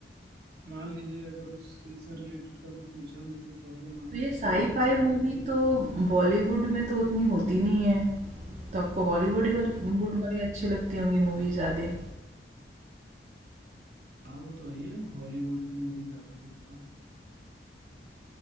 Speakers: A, on the right; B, on the right.
A: मान लीजिए अगर उस चीज से रिलेटेड कभी फ्यूचर में कोई प्रॉब्लम आ
B: तो
A: गई
B: ये साइ-फाई
A: तो उसके साथ
B: मूवी
A: कैसे
B: तो
A: deal-
B: बॉलीवुड में तो उतनी होती नहीं है, तो आपको हॉलीवुड ही वाल वुड वाली अच्छी लगती होंगी मूवी ज़्यादा।
A: हाँ वो तो है ही है हॉलीवुड की मूवी ज्यादा देखता हूँ